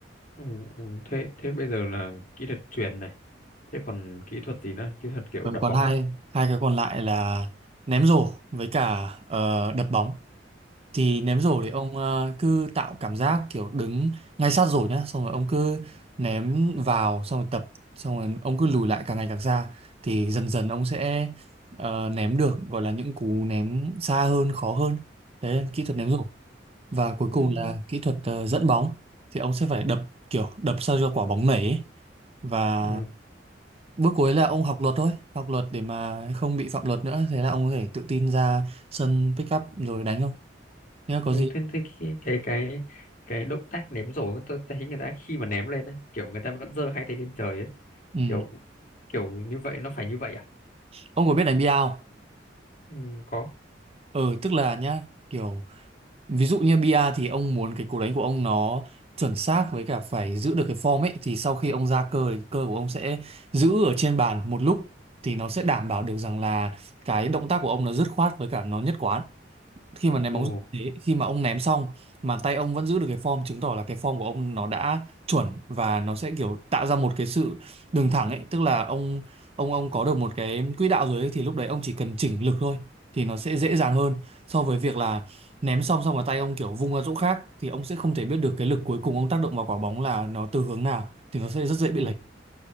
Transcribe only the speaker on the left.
ừ, ừ. thế thế bây giờ là kỹ thuật chuyền này thế còn kỹ thuật gì nữa kỹ thuật kiểu
đập
bóng
à
ừ.
Ừ.
Ừ.
Ừ.
Thế, thế cái cái cái cái động tác ném rổ tôi thấy người ta khi mà ném lên ấy, kiểu người ta vẫn giơ hai tay lên trời ấy
kiểu kiểu như vậy nó phải như vậy à
ừ, có
ồ
ui